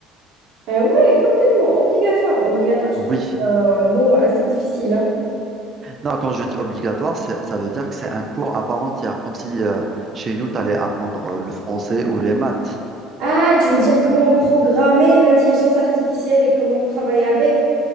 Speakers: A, on the right; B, on the right.
A: Ah ouais, complètement, obligatoire. Obligatoire, je
B: Oui.
A: trouve que c'est un mot assez difficile, hein.
B: Non, quand je dis obligatoire, c'est- ça veut dire que c'est un cours à part entière, comme si euh, chez nous, tu allais apprendre euh, le français ou les maths.
A: Ah, tu veux dire comment programmer l'intelligence artificielle et comment travailler avec?